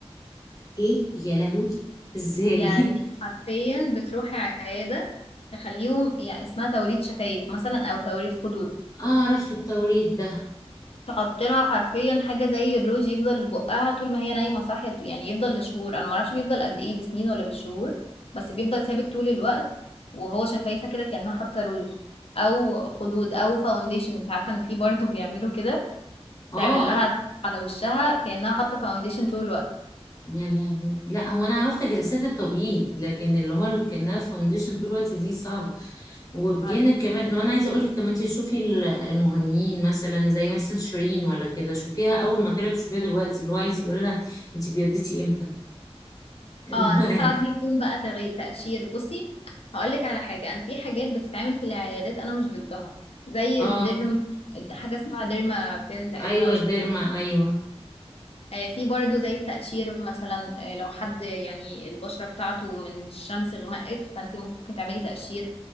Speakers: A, on the left (about 35°); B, on the left (about 65°).
A: ايه يا لهوي ازاي
B: يعني
A: <laughs>
B: حرفيا بتروحي عيادة تخليهم يعني اسمها توريد شفايف مثلا او توريد خدود
A: اه عرفت التوريد ده
B: تحط لها حرفيا حاجه زي الروج يفضل بقها طول ما هي نايمه صاحيه يعني يفضل لشهور انا ما اعرفش بيفضل قد ايه بسنين ولا بالشهور بس بيفضل ثابت طول الوقت وهو شفايفه كده كانها حاطه روج او خدود او فاونديشن انت عارفه ان في برضه بيعملوا كده
A: اه
B: تعمل لها على وشها كانها حاطه فاونديشن طول الوقت
A: يا لهوي لا هو انا عرفت جلسات التبييض لكن اللي هو اللي كانها فاونديشن طول الوقت دي صعبه وبجانب
B: عارفين
A: كمان انا عايزه اقول لك طب ما انت شوفي ال- المغنيين مثلا زي مثلا شيرين ولا كده شوفيها اول ما طلعت شوفيها دلوقتي اللي هو عايزه تقولي لها انت بيضتي امتى <laughs> لما
B: اه ده ساعات بيكون بقى تغي... تقشير بصي هقول لك على حاجه انا في حاجات بتتعمل في العيادات انا مش ضدها زي
A: اه
B: الديرم حاجه اسمها ديرما بين تقريبا
A: ايوه
B: مش
A: الديرما
B: فاكره
A: ايوه
B: آه، في برضه زي التقشير مثلا آه، لو حد يعني البشرة بتاعته من الشمس غمقت فانت ممكن تعملي تقشير